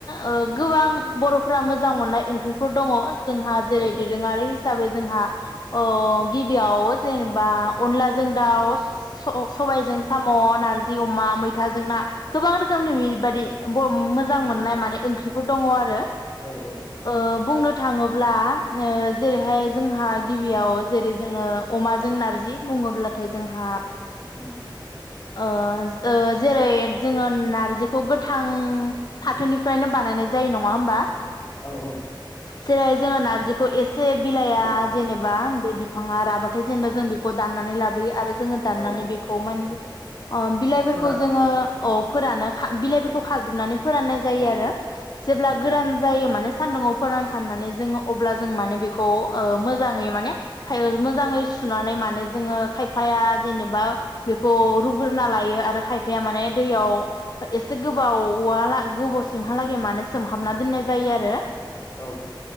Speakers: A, on the left; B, on the left.
A: ओ गोबां बर'फोरा मोजां मोननाय ओंख्रिफोर दङ जोंहा जेरै-
B: औ
A: दोरोङारि साबै जोंहा अ गिबियाव जेनेबा अनलाजों दाउ स अ सबायजों साम, नारजि अमा, मैथाजों ना गोबां रोखोमनि बादि ब मोजां मोननाय
B: औ
A: माने ओंख्रि फोर दङ आरो।
B: औ औ
A: ओ बुंनो थाङोब्ला ओ जेरैहाय जोंहा गिबियाव जेरै जोङो अमाजों नारजि बुङोब्लाथाय जोंहा
B: ओ
A: ओ ओ जेरै जोङो नारजिखौ गोथां फाथोनिफ्रायनो बानाय जायो नङा होमबा?
B: औ औ
A: जेरै हाय जोङो नारजिखौ एसे से बिलाइया
B: औ
A: जेनेबा बे बिफाङा राबा थाय जेनबा जों बेखौ खौ दाननानै लाबोयो आरो जोङो दाननानै
B: औ
A: बेखौ माने अ बिलाइफोरखौ
B: फोरानो
A: जोङो
B: औ
A: औ फोरानो खा बिलाइफोरखौ
B: औ
A: खाजोबनानै फोराननाय जायो
B: औ
A: आरो जेब्ला
B: औ
A: गोरान जायो माने सानदुुंआव फोरानखानानै जों अब्ला जों माने बेखौ ओ मोजाङै माने खायो मो जाङै सुनानै माने जोङो खायफाया जेनेबा बेखौ रु गोरना लायो आरो खायफाया माने दैयाव एसे गोबावा ला गोबाव सिमहालागै माने सोमहाबना दोननाय जायो आरो
B: औ